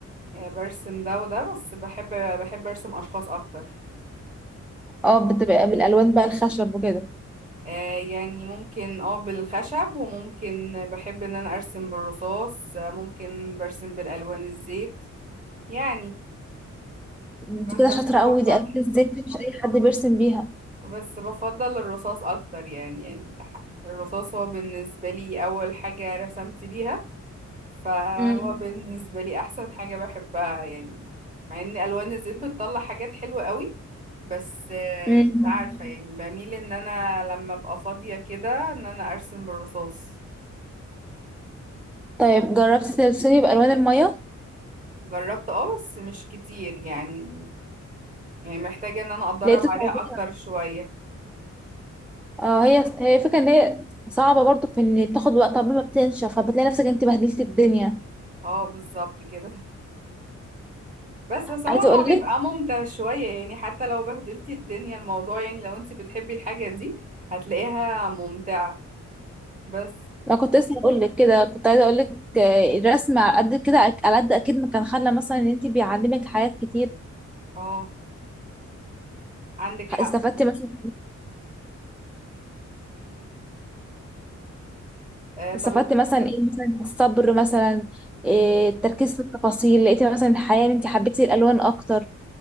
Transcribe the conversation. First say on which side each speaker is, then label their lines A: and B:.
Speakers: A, on the right (about 25°); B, in the centre.
A: آه، برسم ده وده بس بحب بحب أرسم أشخاص أكتر
B: اه بتبقى بالالوان بقى الخشب وكده
A: آه يعني ممكن اه بالخشب وممكن بحب ان انا ارسم بالرصاص آه، ممكن برسم بالالوان الزيت يعني
B: انت
A: بس
B: كده
A: بس
B: شاطره
A: بفضل
B: قوي دي الوان الزيت دي مش اي حد بيرسم بيها
A: بس بفضل الرصاص اكتر يعني يعني الرصاص هو بالنسبة لي اول حاجة رسمت بيها فهو
B: امم
A: بالنسبة لي احسن حاجة بحبها يعني مع ان الوان الزيت بتطلع حاجات حلوة قوي بس آه،
B: امم
A: مش عارفة يعني بميل ان انا لما ابقى فاضية كده ان انا ارسم بالرصاص
B: طيب جربتي ترسمي بالوان الميه
A: جربت اه بس مش كتير يعني يعني محتاجة ان انا اتدرب
B: لقيت الموضوع
A: عليها اكتر شوية
B: اه هي هي فكره ان هي صعبه برضو في ان بتاخد وقت قبل ما بتنشف فبتلاقي نفسك انت بهدلتي الدنيا
A: اه بالظبط كده <laughs> بس بس عموما
B: عايزه اقول
A: هو بيبقى
B: لك
A: ممتع شوية يعني حتى لو بهدلتي الدنيا الموضوع يعني لو انت بتحبي الحاجة دي هتلاقيها ممتعة بس
B: انا كنت لسه هقول لك كده كنت عايزه اقول لك آه، الرسم على قد كده أك- على قد اكيد ما كان خلى مثلا ان انت بيعلمك حاجات كتير
A: اه عندك حق
B: استفدتي مثلا
A: آه طب
B: استفدتي
A: انت
B: مثلا ايه مثلا الصبر مثلا
A: مم،
B: إيه التركيز في التفاصيل لقيتي مثلا الحياه ان انت حبيتي الالوان اكتر